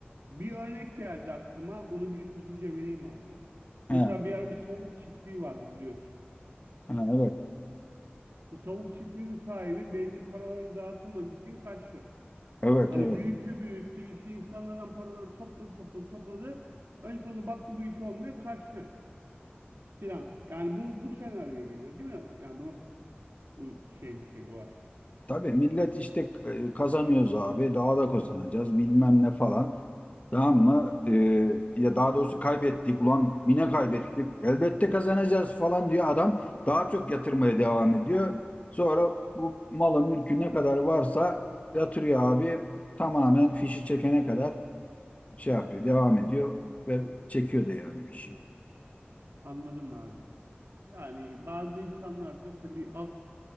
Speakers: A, on the right; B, on the left.
A: Bir örnek geldi aklıma. Onu bir hızlıca vereyim abi.
B: He,
A: Mesela bir ara bir tavuk çiftliği vardı biliyorsun.
B: he, evet,
A: Bu tavuk çiftliğinin sahibi belli paraları dağıtamadığı için kaçtı.
B: evet,
A: Hani
B: evet.
A: büyüttü büyüttü işi insanlardan paraları topladı topladı topladı. En sonunda baktı bu iş olmuyor kaçtı filan. Yani bu bu senaryoya geliyor değil mi? Yani buna u- şey bir şey olay.
B: Tabii millet işte e, kazanıyoruz abi, daha da kazanacağız bilmem ne falan. Tamam mı? Ee, ya daha doğrusu kaybettik. Ulan yine kaybettik. Elbette kazanacağız falan diyor adam. Daha çok yatırmaya devam ediyor. Sonra bu malı mülkü ne kadar varsa yatırıyor abi. Tamamen fişi çekene kadar şey yapıyor. Devam ediyor ve çekiyor da yani bir şey.
A: Anladım abi. Yani bazı insanlar da tabii alt